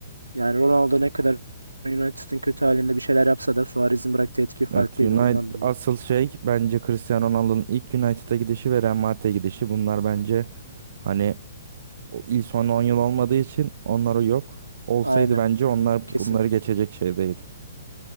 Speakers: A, on the right; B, on the right.
A: Yani Ronaldo ne kadar United'ın kötü halinde bir şeyler yapsa da Suarez'in bıraktığı etki farklıydı
B: Evet, United
A: ondan dolayı.
B: asıl şey bence Cristiano Ronaldo'nun ilk United'a gidişi ve Real Madrid'e gidişi. Bunlar bence hani o ilk son 10 yıl olmadığı için onları yok. Olsaydı
A: Aynen.
B: bence onlar
A: Kesin,
B: bunları geçecek şeydeydi.